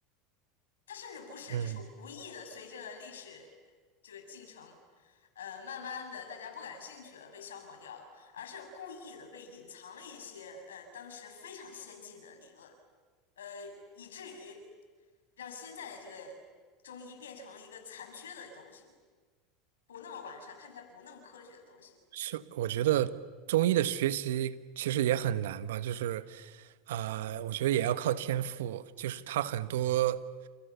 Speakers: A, on the left; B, on the right.
A: 它甚至不是就是无意的，
B: 嗯。
A: 随着历史这个进程，呃，慢慢的大家不感兴趣了，被消磨掉了，而是故意的被隐藏了一些呃当时非常先进的理论，呃，以至于让现在的这个中医变成了一个残缺的东西，不那么完善，看起来不那么科学的东西。
B: 是，我觉得中医的学习其实也很难吧，就是，啊，我觉得也要靠天赋，就是它很多，